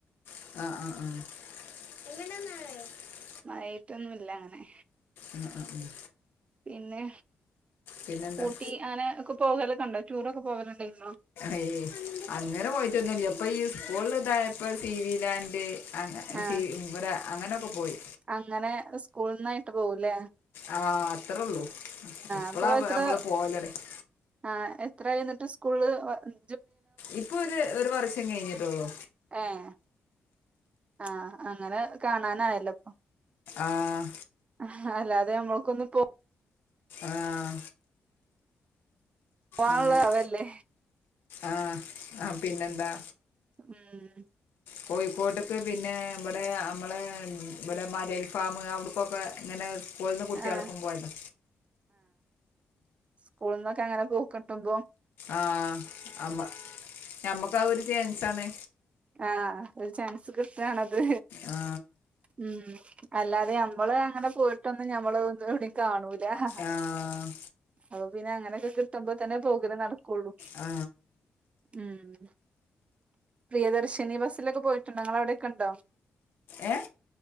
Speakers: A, on the left; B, on the right.
A: ആഹ് ആഹ് ആഹ്
B: മഴയത്തൊന്നും ഇല്ല അങ്ങനെ.
A: ആഹ് ആഹ് ആഹ്
B: പിന്നെ
A: പിന്നെന്താ
B: ഊട്ടി അങ്ങനെ ഒക്കെ പോകലൊക്കെ ഉണ്ടോ, ടൂറൊക്കെ പോകല് ഉണ്ടായിരുന്നോ?
A: ഏയ്‌ അങ്ങനെ പോയിട്ടൊന്നുമില്ല. ഇപ്പൊ ഈ സ്കൂളില് ഇതായപ്പോ സി വി ലാൻഡ് അങ്ങ്
B: ആഹ്
A: ഇവിടെ അങ്ങനൊക്ക പോയി
B: അങ്ങനെ സ്കൂള്ന്നായിട്ട് പോവുല്ലേ
A: ആഹ് അത്രേയുള്ളൂ, ഇപ്പളാ
B: അപ്പൊ എത്ര
A: നമ്മള് പോവാല് ഇടക്ക്.
B: ആഹ് എത്ര ആയി എന്നിട്ട് സ്കൂളില് വന്ന്.
A: ഇപ്പൊ ഒരു ഒരു വർഷം കഴിഞ്ഞിട്ടേയുള്ളൂ.
B: ഏഹ് ആഹ് അങ്ങന കാണാനായല്ലോ അപ്പൊ
A: ആഹ്
B: ഹാഹ് അല്ലാതെ ഞമ്മക്കൊന്ന് പോ
A: ആഹ്.
B: പോവാനുള്ളതാവല്ലേ
A: അങ്ങനെ, ആഹ് ആ പിന്നെന്താ?
B: ഉംമ്മ്
A: കോയ്ക്കോട്ട്ക്ക് പിന്നെ ബ്ടെ അമ്മളെ ഇബ്ടെ മലേൽ ഫാമ് അവിടുക്കൊക്കെ ങ്ങനെ സ്കൂൾന്ന് കുട്ടിയളൊപ്പം
B: ആഹ്
A: പോയതാ.
B: സ്കൂൾന്നൊക്കെ അങ്ങനെ പോ കിട്ടുംബൊ.
A: ആഹ് അമ്മ ഞമ്മുക്ക് ആ ഒരു ചേൻസാണ്.
B: ആഹ് ഒരു ചാൻസ് കിട്ട്ആണത്.
A: ആ
B: ഉം അല്ലാതെ ഞമ്മള് അങ്ങനെ പോയിട്ടൊന്ന് ഞമ്മള് എവിടേം കാണൂല ഹഹ
A: ആ
B: അപ്പൊ പിന്നെ അങ്ങനൊക്കെ കിട്ടുമ്പോ തന്നെ പോകൽ നട <unintelligible>
A: ആ
B: ഉം. പ്രിയദർശനി ബസ്സിലൊക്കെ പോയിട്ടുണ്ടോ ഇങ്ങളെ അവിടൊക്കെ ഉണ്ടോ?
A: ഏഹ്?